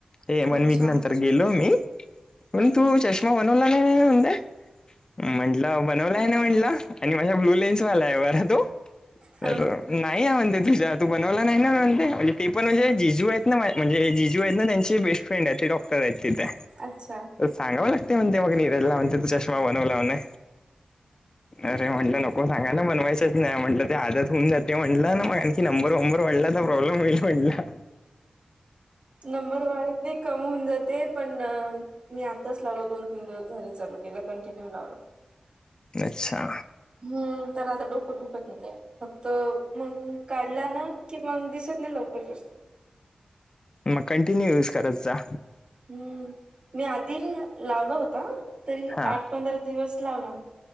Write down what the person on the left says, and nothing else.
हे वन
वीक नंतर गेलो मी
म्हण तू
चष्मा बनवला नाही द्या- म्हंटलं बनवला आहे ना म्हंटलं आणि माझ्या ब्लू लेन्स वाला आहे बर तो
तर नाही आहे म्हणते तुझ्या तू बनवला नाही ना म्हणते म्हणज ते पण म्हणजे जिजू आहेत ना माझे म्हणजे जिजू आहेत ना त्यांचे बेस्ट फ्रेंड आहेत ते डॉक्टर आहेत तिथे.
सांगावं लागते म्हणते, मग
निरजला म्हणते तू चष्मा बनवला म्हणे. अरे म्हटलं नको सांगा ला, बनवायचंच नाही म्हटलं ते आदत होऊन जाते, म्हटलं ना मग. की नंबर वंबर वाढला तर प्रॉब्लेम होईल म्हणला.
अच्छा.
मग, कंटिन्यू युज करत जा.
हा